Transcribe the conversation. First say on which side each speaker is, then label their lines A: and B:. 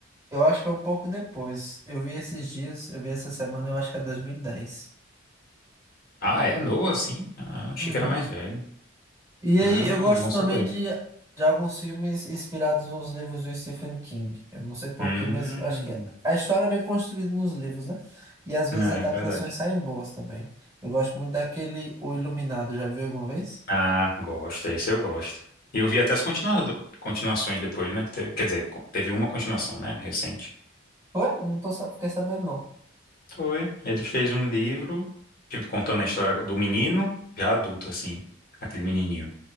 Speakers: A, on the right; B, on the left.
A: Eu acho que é um pouco depois. Eu vi esses dias, eu vi essa semana, eu acho que é 2010.
B: Ah, é novo assim? Ah, achei
A: Uhum.
B: que era mais velho.
A: E
B: Ah,
A: aí, eu gosto
B: bom
A: também
B: saber.
A: de, de alguns filmes inspirados nos livros do Stephen King. Eu não sei porquê,
B: Hum,
A: mas eu acho que a história é bem construída nos livros, né? E às vezes
B: é
A: adaptações
B: verdade.
A: saem boas também. Eu gosto muito daquele O Iluminado, já viu alguma vez?
B: Ah, gosto, esse eu gosto. E eu vi até as continua- continuações depois, né? que te- Quer dizer, co- teve uma continuação, né? Recente.
A: Foi? Eu não tô, sa- fiquei sabendo, não.
B: Foi. Ele fez um livro, tipo, contando a história do menino, já adulto, assim, aquele menininho.